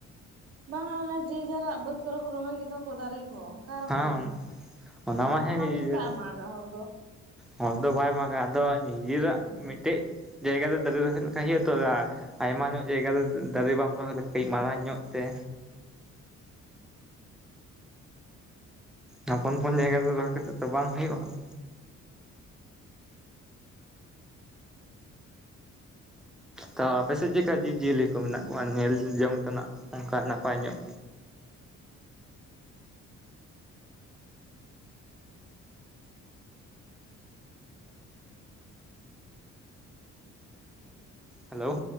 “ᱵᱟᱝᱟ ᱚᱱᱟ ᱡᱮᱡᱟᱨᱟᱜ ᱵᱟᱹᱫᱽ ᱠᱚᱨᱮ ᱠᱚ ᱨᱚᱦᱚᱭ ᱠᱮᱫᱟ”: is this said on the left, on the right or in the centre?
Right